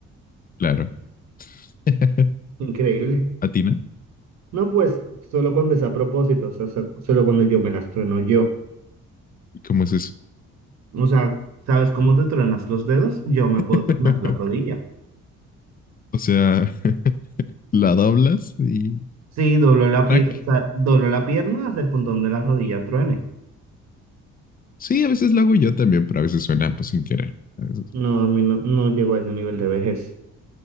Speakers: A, on the left; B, on the right.
A: Claro. <laughs>
B: Increíble.
A: ¿A ti no?
B: No, pues, solo cuando es a propósito, o sea, so- solo cuando yo me las trueno yo.
A: ¿Y cómo es eso?
B: O sea, ¿sabes cómo te truenas los dedos? Yo me
A: <laughs>
B: puedo tronar la rodilla.
A: O sea, <laughs> la doblas y
B: Sí, doblo la pierna,
A: track.
B: o sea, doblo la pierna hasta el punto donde la rodilla truene.
A: Sí, a veces lo hago yo también, pero a veces suena pues sin querer. A veces.
B: No, a mí no, no llego a ese nivel de vejez.